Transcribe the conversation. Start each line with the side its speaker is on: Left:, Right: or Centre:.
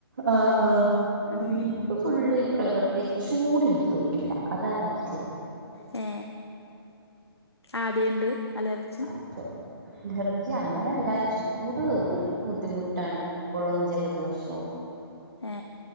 Right: ആഹ് ആഹ്.
Left: ഉം
Right: എനിക്ക് ഫുള്ള് ഈ പ്രകൃതി ചൂട് എനിക്ക് പറ്റൂല്ല അത് അലർജി.
Left: ഏ. ആദ്യണ്ട് അലറജി.
Right: അപ്പൊ അലർജി അങ്ങനെയല്ല ചൂട് ഒരു ബുദ്ധിമുട്ടാണ്. എപ്പോഴും ജലദോഷവും.
Left: ഏ.